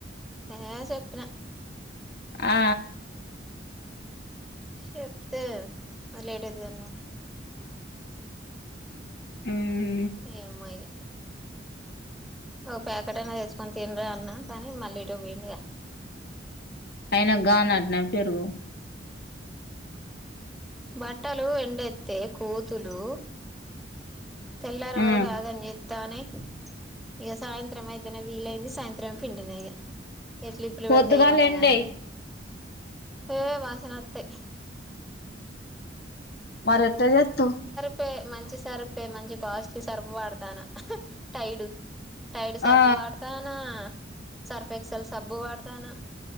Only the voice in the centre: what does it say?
ఏ చెప్పిన
చెప్తే నాక్ లేట్ అయితది అన్నాడు
ఏమ్మో ఇగ ఓ ప్యాకెటన్నా తెచ్చుకొని తిన్రా అన్నా కానీ మళ్ళీ ఏటో పోయిండుగా
బట్టలు ఎండేత్తే కోతులు తెల్లారే
వరగు ఆగం జే తానయ్ ఇగ సాయంత్రం అయితేనే వీలైంది సాయంత్రం పిండిన ఇగ ఏ క్లిప్పులు
పెడుతా ఏమన్నా
గానీ ఇగ ఏ వాసనాత్తయ్
పే మంచి సర్ఫే మంచి కాస్ట్లీ సర్ఫ్ వాడతాన టైడు టైడు సర్ఫ్
వాడతానా సర్ఫెక్సెల్ సబ్బు వాడతానా